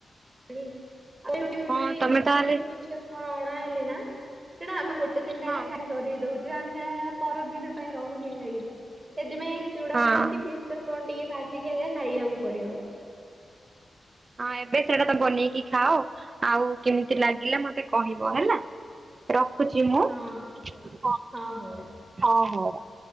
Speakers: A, in the centre; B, on the right.
A: ଆମେ କେବେ
B: ହଁ
A: ବି
B: ତମେ
A: ବିଷ୍କୁଟ
B: ତାହେଲେ
A: କି ମିକ୍ସଚର କଣ ଅଣା ହେଲେ ନା ସେଟା ଆମେ ଗୋଟେ ଗୋଟେ ତିନିଟାା
B: ହଁ
A: ଖାଇ ସରେଇ ଦଉଛୁ ଆମେ ପରଦିନ ପାଇଁ ରହୁନି ଆଁକା କିଛି। ସେଥିପାଇଁ ଚୁଡା
B: ହଁ
A: ଫୁଡା କି ମିକ୍ସର କଣ ଟିକେ ଭାଜିକି ଆଜା ଖାଇବାକୁ ପଡିବ।
B: ହଁ ଏବେ ସେଇଟା ତ ବନେଇକି ଖାଅ, ଆଉ କେମିତି ଲାଗିଲା ମତେ କହିବ ହେଲା। ରଖୁଛି ମୁଁ
A: ହଁ
B: ହଁ
A: କହିବି ହଁ ହଉ
B: ହଁ ହଉ,
A: ର।